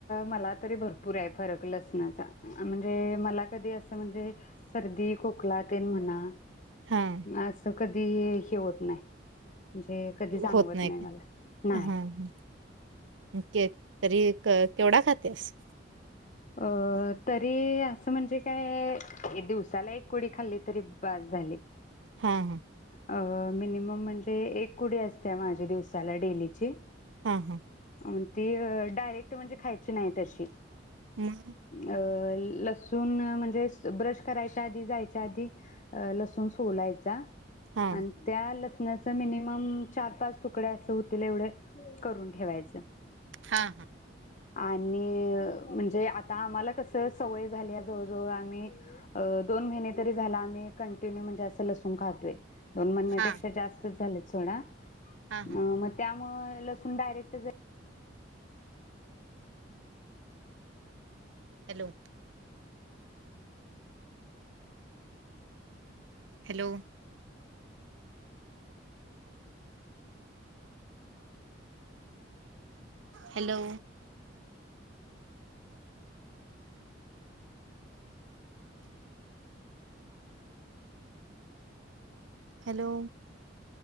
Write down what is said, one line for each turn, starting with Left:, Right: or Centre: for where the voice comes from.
Left: मला तरी भरपूर आहे फरक लसणाचा म्हणजे मला कधी असं म्हणजे सर्दी खोकला तेन म्हणा
Right: हां.
Left: आज स कधी हे होत नाय. म्हणजे कधी जाणवत
Right: होत
Left: नाही
Right: का?
Left: मला. नाही
Right: हां, हां. के तरी क केवढा खातीयास?
Left: अ तरी असं म्हणजे काय दिवसाला एक कुडी खाल्ली तरी बास झाली.
Right: हा हा
Left: अ मिनिमम म्हणजे एक कुडी असतिया माझी दिवसाला डेलीची.
Right: हम हम्
Left: अन ती डायरेक्ट म्हणजे खायची नाय तशी.
Right: मग
Left: अ लसूून म्हणजे ब्रश करायच्या आधी जायच्या आधी लसून सोलायचा.
Right: हां.
Left: आणि त्या ल त्यांच मिनिमम चार पाच तुकडे अस हो तिला एवढं करून ठेवायचं.
Right: हां, हां.
Left: आणि म्हणजे आ आता आम्हाला कस सवय झाली आहे जवळजवळ आम्ही दोन महिने तरी झाल आम्ही कंटिन्यू म्हणजे असं लसूण खातोय. दोन म्हणन्यापेक्षा
Right: हां,
Left: जास्तच झालेत. सोडा
Right: हां, हां.
Left: अ मग त्या मग लसूून डायरेक्ट जर
Right: hello. Hello hello? Hello?